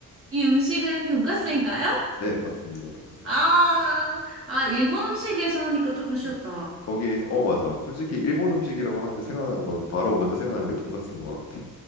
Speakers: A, on the right; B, on the left.
A: 이 음식은 돈까스인가요?
B: 네 맞습니다 돈까스
A: 아,
B: 맞습니다
A: 아, 일본 음식에서 하니까 조금 쉬웠다.
B: 음 거기에서 어 맞아 솔직히 일본 음식이라고 하면 생각나는 건 바로 먼저 생각나는 게 돈까스인 것 같아